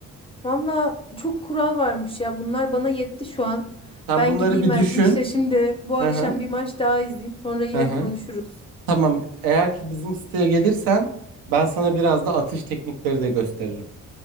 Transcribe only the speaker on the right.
Sen
bunları
bir
düşün.
Hı hı.
Hı hı.
Tamam. Eğer ki bizim siteye gelirsen ben sana biraz da atış teknikleri de gösteririm.